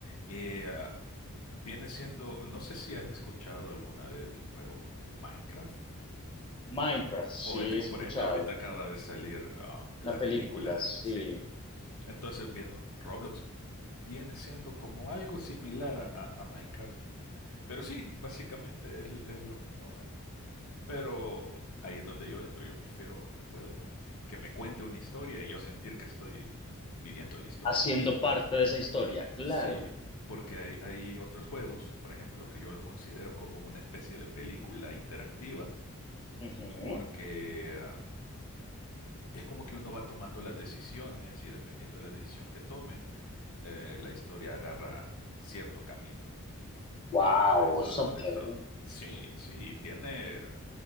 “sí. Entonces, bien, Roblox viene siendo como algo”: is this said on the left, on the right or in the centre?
Left